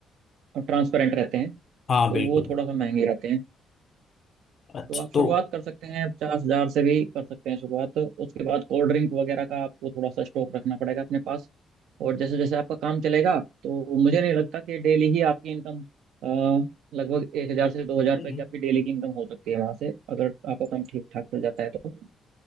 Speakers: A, on the right; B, on the left.
A: ट्रांसपेरेंट रहते हैं
B: हाँ
A: तो
B: बिल्कुल
A: वो थोड़ा सा महंगे रहते हैं
B: अच्छा
A: तो आप
B: तो
A: शुरुआत कर सकते हैं पचास हजार से भी कर सकते हैं शुरुआत उसके बाद कोल्ड ड्रिंक वगैरह का आपको थोड़ा सा स्टॉक रखना पड़ेगा अपने पास और जैसे जैसे आपका काम चलेगा तो मुझे नहीं लगता कि डेली ही आपकी इनकम अ, लगभग एक हजार से दो हजार रुपये
B: हम्म,
A: की आपकी डेली की इनकम हो सकती है वहां से अगर आपका काम ठीक ठाक चल जाता है तो